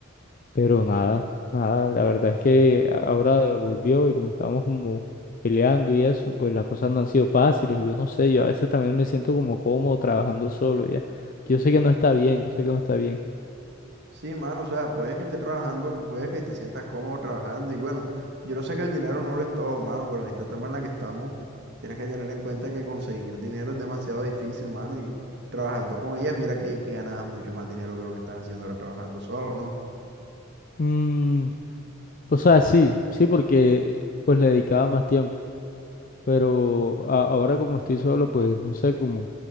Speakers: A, on the left (about 45°); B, on the right (about 55°).
A: Pero nada, nada, la verdad es que ahora volvió y como estábamos como peleando y eso, pues las cosas no han sido fáciles y yo no sé, yo a veces también me siento como cómodo trabajando solo ya. Yo sé que no está bien, yo sé que no está bien.
B: Sí, mano, o sea, puedes que estés trabajando, puedes que te sientas cómodo trabajando y bueno, yo no sé que el dinero no lo es todo, mano, pero en esta etapa en la que estamos, tienes que tener en cuenta que conseguir dinero es demasiado difícil, mano, y trabajando con ella, mira que, que ganas mucho más dinero que lo que estás haciendo ahora trabajando solo, ¿no?
A: Mm, o sea, sí, sí, porque pues le dedicaba más tiempo. pero a- ahora como estoy solo, pues no sé, como